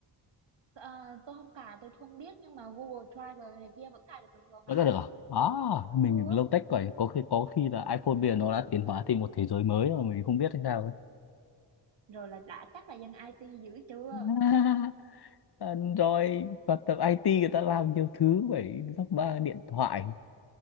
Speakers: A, on the right (about 70°); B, on the left (about 60°).
A: Ờ, tôi không cài tôi không biết nhưng mà Google Drive này kia vẫn cài được bình thường mà
B: có cài được à à mình
A: được
B: lâu tech rồi có khi có khi là iPhone bây giờ nó đã tiến hóa thành một thế giới mới mà mình không biết hay sao ấy
A: rồi là đã chắc là dân IT dữ chưa
B: <laughs> À, rồi và tập IT người ta làm nhiều thứ phải lắp ba điện thoại